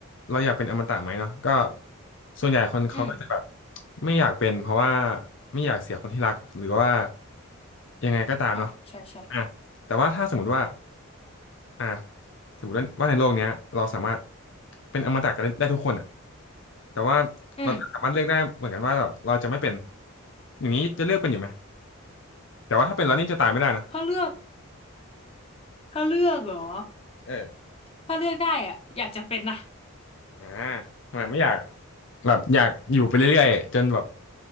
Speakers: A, on the left; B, on the left.
A: เราอยากเป็นอมตะไหมเนาะก็ส่วนใหญ่คนเขาก็จะแบบ
B: อืม
A: ไม่อยากเป็นเพราะว่าไม่อยากเสียคนที่รักหรือว่ายังไงก็ตามเนาะ
B: อ่ะใช่ใช่
A: อ่ะแต่ว่าถ้าสมมติว่าอ่ะสมมติว่าว่าในโลกเนี้ยเราสามารถเป็นอมตะกันได้ได้ทุกคนอ่ะแต่ว่าเราก็สามารถเลือกได้เหมือนกันว่าแบบเราจะไม่เป็น
B: อืม
A: อย่างนี้จะเลือกเป็นอยู่ไหมแต่ว่าถ้าเป็นแล้วนี่จะตายไม่ได้นะ
B: ถ้าเลือกถ้าเลือกเหรอ
A: เออ
B: ถ้าเลือกได้อ่ะอยากจะเป็นนะ
A: อ่าทำไมไม่อยากแบบอยากอยู่ไปเรื่อยๆจนแบบ